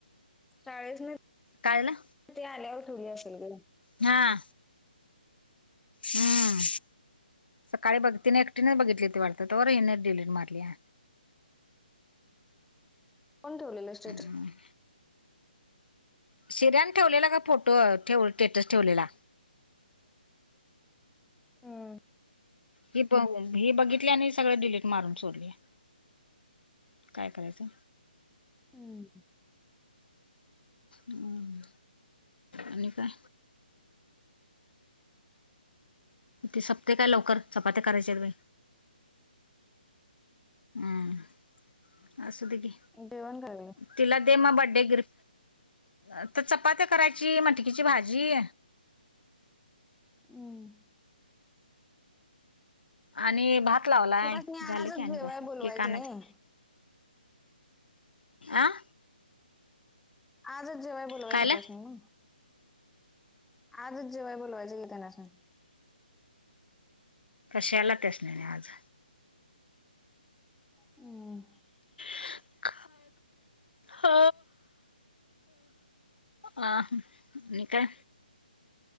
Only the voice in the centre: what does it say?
<inaudible>
ते आल्यावर ठेवली असेल गं.
कोण ठेवलेलं? स्टेटस
हम.
हम
जेवण करालोय
हम्म
मग त्यासनी
आजच
जेवाय
बोलवायचं
नाही
आजच जेवाय बोलवायला
होत्यासा नव्ह आजच जेवाय बोलावयच कि त्यांनासनी
हम्